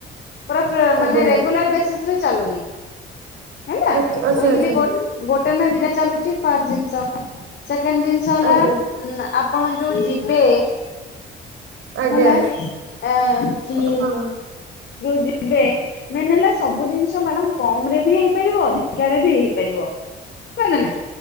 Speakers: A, on the left; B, on the right.
A: ହେଲା
B: ଆଜ୍ଞା
A: ରେଗୁଲାର ବେସିସରେ ଚାଲୁନି ହେଲା
B: ଆଚ୍ଛା ଆଚ୍ଛା
A: ୱିକ୍ଲି
B: ଆଚ୍ଛା
A: ଗୋ ଗୋଟେ ନା ଦିଟା ଚାଲୁଛି ଫାଷ୍ଟ ଜିନିଷ ସେକେଣ୍ଡ ଜିନିଷ ହେଲା
B: ଆଜ୍ଞା
A: ନାଁ ଆପଣ ଯୋଉ ଯିବେ?
B: ଆଜ୍ଞା।
A: ହେଲା ଆ କି
B: ହଁ
A: ଯୋଉ ଯିବେ ମେନ ହେଲା ସବୁ ଜିନିଷ ମ୍ୟାଡାମ କମରେ ବି ହେଇପାରିବ ଅଧିକାରେ ବି ହେଇପାରିବ ବୁଝପାରିଲେ ନା?